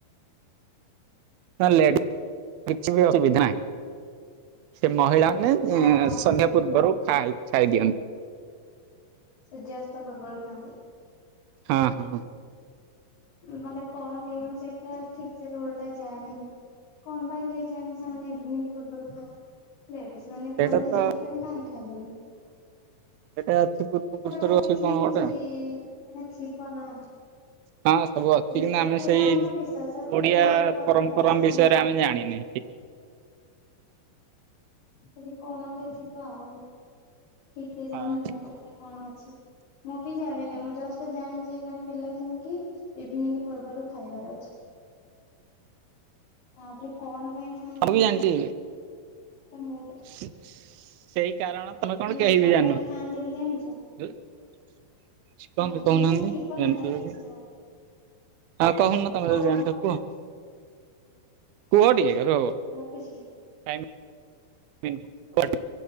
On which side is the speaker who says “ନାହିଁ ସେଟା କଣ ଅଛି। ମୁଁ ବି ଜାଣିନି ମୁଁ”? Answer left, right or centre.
Left